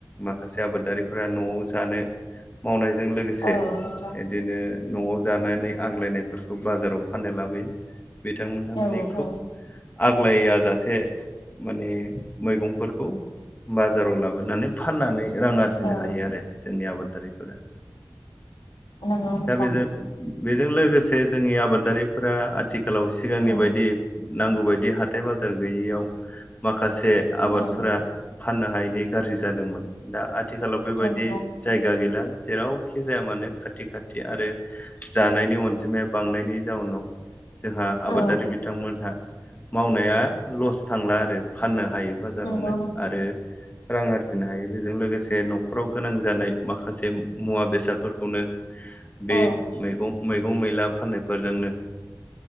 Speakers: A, on the left; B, on the left.
A: माखासे आबादारिफोरा न'आव जानो मावनाय जों लोगोसे
B: औ नोंथां
A: बिदिनो न'आव जानानै आग्लायनायफोरखौ बाजाराव फाननो लाबोयो बिथांमोनहा माने
B: औ
A: खुब
B: औ
A: आग्लाया जासे माने मैगंफोरखौ बाजाराव लाबोनानै फाननानै रां आरजिनो
B: औ
A: हायो आरो जोंनि आबादारिफोरा
B: नंगौ नोंथां
A: दा बेजों बेजों लोगोसे जोंनि आबादारिफोरा आ थिखालाव सिगांनि
B: उम
A: बायदि नांगौ बायदि हाथाय बाजार गैयियाव माखासे जे आबादफोरा
B: उम
A: फाननो हायैनि गाज्रि जादोंमोन दा आथिखालाव बेबायदि
B: नंगौ
A: जायगा गैला जेरावखि जाया मानो खाथि खाथि आरो जानायनि अनजिमाया बांनायनि जाउनाव जोंहा आबादारि
B: औ
A: बिथांमोनहा मावनाया लस थांला आरो फाननो हायो बाजारावनो
B: नंगौ नों
A: आरो रां आरजिनो हायो बेजों लोगोसे न'खराव गोनां जानाय माखासे मुवा बेसादफोरखौनो बे
B: औ
A: मैगं मैगं मैला फाननायफोरजोंनो